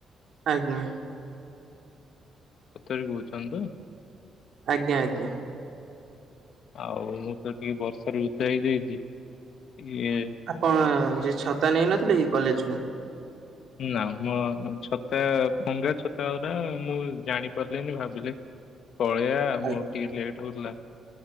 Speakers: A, on the right (about 55°); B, on the left (about 60°).
A: ଆଜ୍ଞା।
B: ସତରେ କହୁଛନ୍ତି ତ।
A: ଆଜ୍ଞା ଆଜ୍ଞା।
B: ଆଉ ମୁଁ ତ ଟିକେ ବର୍ଷାରେ ଉଧା ହେଇଯାଇଛି ଟିକେ
A: ଆପଣ ଯିଏ ଛତା ନେଇନଥିଲେ କି କଲେଜ କୁ।
B: ନା ମୋ ଛତା ଭଙ୍ଗା ଛତା ଉରା ମୁଁ ଜାଣିପାରିଲିନି ଭାବିଲି ପଳେଇଆ
A: ଆଜ୍ଞା
B: ମୋ ଟିକେ ଲେଟ୍ ହଉଥିଲା।